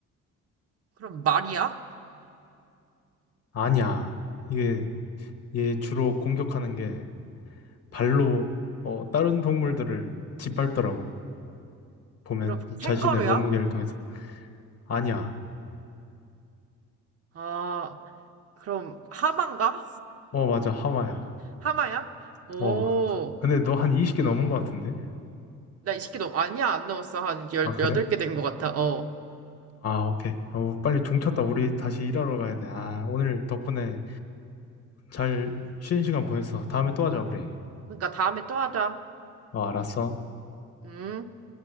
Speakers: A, on the right; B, on the left.
A: 그럼 말이야?
B: 아니야. 이게, 얘 주로 공격하는 게 발로, 어, 다른 동물들을 짓밟더라고. 보면
A: 그럼 캥거루야?
B: 자신의 몸무게를 통해서. 아니야.
A: 아, 그럼 하마인가?
B: 어, 맞아. 하마야.
A: 하마야? 오,
B: 어. 근데 너 한 20개 넘은 것 같은데?
A: 나 이 새끼 너 아니야 안 넘었어 한 18개
B: 아, 그래?
A: 된 것 같아. 어.
B: 아, 오케이. 어, 빨리 종 쳤다. 우리 다시 일하러 가야 돼. 아, 오늘 덕분에 잘 쉬는 시간 보냈어. 다음에 또 하자, 우리.
A: 그러니까 다음에 또 하자.
B: 어, 알았어.
A: 음.